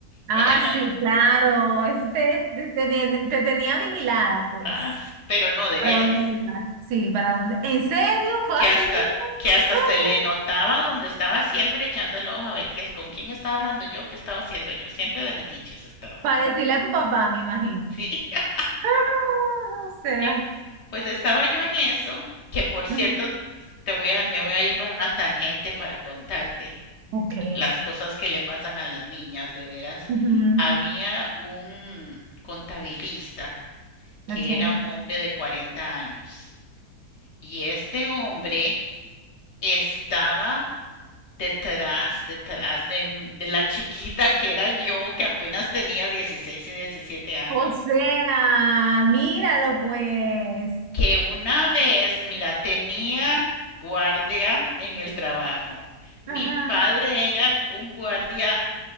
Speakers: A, on the right; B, on the left.
A: Ah,
B: Para,
A: sí, claro. Este, te, te tenía, te tenía vigilada, pues.
B: <laughs> pero no de
A: ¿Para
B: veras.
A: dónde ibas? Sí, ¿para dónde? ¿En serio? ¿Fue
B: que
A: así
B: hasta
A: mismo?
B: que
A: <gasps>
B: hasta
A: ¡Ah!
B: se le notaba donde estaba siempre echando el ojo a ver qué es con quién estaba hablando yo, qué estaba haciendo yo, siempre de metiches estaba,
A: Para
B: ¿no?
A: decirle a tu papá, me imagino.
B: Sí. <laughs>
A: Ah, o sea.
B: Y pues estaba yo en eso, que por cierto
A: ujú.
B: te voy a me voy a ir para una tangente para contarte
A: Ok.
B: las cosas que le pasan a las niñas de veras.
A: ujú,
B: Había un contabilista que
A: Ok.
B: era un hombre de 40 años y este hombre estaba detrás, detrás de, de, la chiquita que era yo, que apenas tenía 16 y 17 años,
A: O sea, míralo, pues.
B: que una vez, mira, tenía guardia en el trabajo. Mi
A: Ajá.
B: padre era un guardia